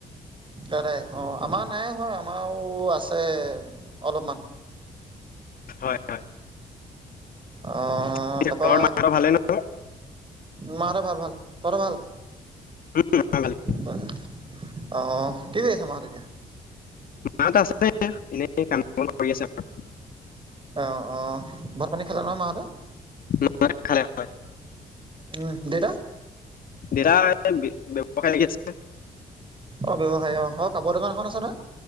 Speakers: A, on the right; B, on the left.
A: আদাই অ', আমাৰ নাই হয় আমাৰো আছে অলপমান।
B: হয়, হয়।
A: অ',
B: পিছে
A: তা পা
B: ঘৰত মাহঁতৰ ভালে নহয়
A: মাহত ভাল, ভাল তহত ভাল?
B: উম ভালেই।
A: হয়, অ', কি কৰিছে মাহত এতিয়া।
B: মা হত আছে এনে। এনে কাম। বন কৰি আছে বাৰু।
A: অ', অ' ভাত পানী খালে ন মাহঁতে?
B: মায়ে খালে হয়।
A: উম, দেতা?
B: দেউতা ব্যৱসায় লাগি আছে।
A: অ', ব্যৱসায় অ', কাপোৰ দোকান এখন আছে ন?